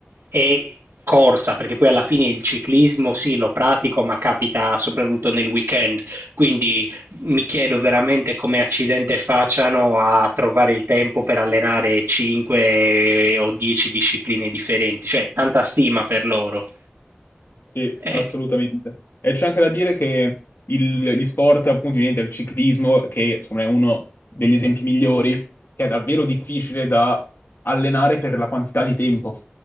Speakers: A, on the right; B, on the left.
A: e corsa, perché poi alla fine il ciclismo sì, lo pratico, ma capita soprattutto nel weekend, quindi mi chiedo veramente come accidente facciano a trovare il tempo per allenare 5 o 10 discipline differenti, cioè tanta stima per loro.
B: Sì,
A: Eh,
B: assolutamente. E c'è anche da dire che il- gli sport, appunto, niente, il ciclismo, che secondo me è uno degli esempi migliori, che è davvero difficile da allenare per la quantità di tempo.